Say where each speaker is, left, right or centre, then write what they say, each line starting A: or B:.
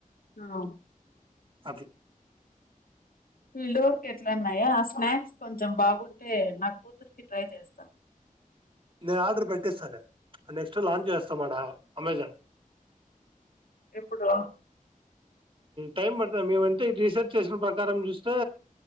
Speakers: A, on the left; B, on the right.
A: అవ్
B: అట్
A: ఫీల్డ్ వర్క్ ఎట్లాన్నాయా ఆ స్నాక్స్ కొంచెం బాగుంటే నా కూతుర్కి ట్రై చేస్తా
B: నేను ఆర్డర్ పెట్టిస్తాను నెక్స్ట్ లాంచ్ చేస్తాను మద అమెజాన్
A: ఎప్పుడు
B: టైం పడుతుం మేమంటే రీసెర్చ్ చేసిన ప్రకారం చూస్తే